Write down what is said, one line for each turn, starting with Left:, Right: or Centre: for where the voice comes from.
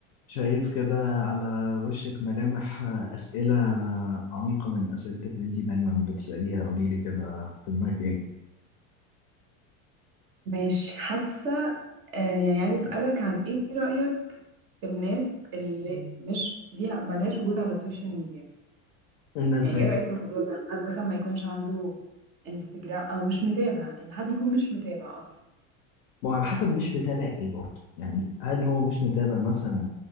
Left: شايف كده على وشك ملامح أسئلة عميقة من أسئلتك اللي أنت دايما بتسأليها قولي لي كده في دماغك إيه؟
Right: مش حاسة آه، يعني عايزة أسألك عن إيه رأيك في الناس اللي مش ليها ملهاش وجود على السوشيال ميديا
Left: الناس
Right: يعني
Left: إزاي؟
Right: إيه رأيك في الموضوع ده حد مثلا ما يكونش عنده انستجرام أو مش متابع إن حد يكون مش متابع أصلا
Left: وعلى حسب مش متابع إيه برضه يعني هل هو مش متابع مثلا